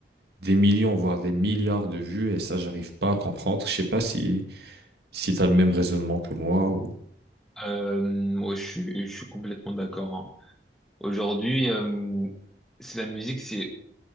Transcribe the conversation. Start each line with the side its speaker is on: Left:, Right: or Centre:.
Right: des millions, voire des milliards de vues et ça, j'arrive pas à comprendre. Je sais pas si, si t'as le même raisonnement que moi ou.
Centre: Euh, ouais, je suis, je suis complètement d'accord. hein. Aujourd'hui, euh, c'est la musique, c'est